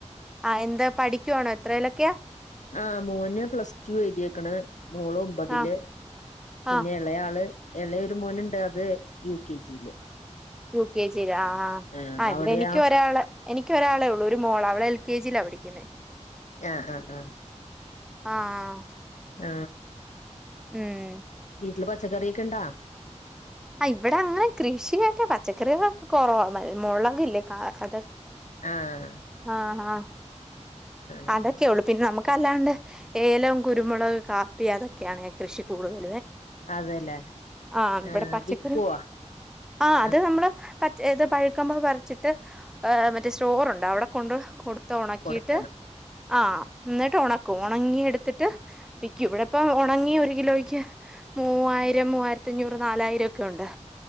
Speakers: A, in the centre; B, on the left.
A: ആഹ് എന്താ പഠിക്കുവാണോ എത്രയിലൊക്കെയാ
B: ആ മോന് പ്ലസ് ടു എഴുതിയ ക്കണെ മോളൊമ്പതില്
A: ആഹ്
B: പിന്നെ
A: ആഹ്
B: എ ളയാളെ ഇളെഒരുമോനുണ്ട്അത് യു കെ ജിയില്
A: ടു കെ ജി ആ
B: ആഹ്
A: ആ
B: അവിടെയാ
A: ഇടെ എനിക്ക് ഒരാള എനിക്ക് ഒരാളേ ഉള്ളൂ ഒരുമോള്അവളെഎൽ കെ ജിയിലാപഠിക്കുന്നെ
B: ആഹ ആഹ ആഹ
A: ആഹ...
B: ആ
A: ഉം
B: വീട്ടിൽ പച്ചക്കറിയൊക്കൊണ്ടാ
A: ആ ഇവിടെ അങ്ങനെ കൃഷിയായിട്ട് പച്ചക്കറികളൊക്കെ കുറവ മുളൊക്ക ഇല്ലേ അത
B: ആഹ
A: ആ ആ
B: ആഹ്
A: അതൊക്കെയെ ഒള്ളൂ പിന്നെ നമുക്കെ കല്ലാണ്ട് ഏലവും കുരുമുളക കാപ്പി അതൊക്കെയാണ് കൃഷി കൂടുതലത്
B: അതെല്ലേ
A: ആ ഇവിടെ
B: ആഹ്
A: പച്ചക്കറി
B: വിക്കുവോ
A: ആ അതെ
B: ആഹ്
A: നമ്മളളെ പച് ഏത് പഴുക്കുമ്പോൾ വരിച്ചിട്ട്് മറ്റേ സ്റ്റോറുണ്ട് അവിടെ കൊണ്ട് കൊടുത്ത ഉണക്കിയിട്ട്
B: കൊടുക്കണം
A: ആ എന്നിട്ടൊണക്കും ഒണങ്ങി എടുത്തിട്ട് വിയ്ക്കും ഇവിടിപ്പം ഉണങ്ങി ഒരു കിലോയ്ക്ക് മൂവായിരം മൂവായിരത്തി അഞ്ഞൂറ് നാലായിരം ഒക്കെഒണ്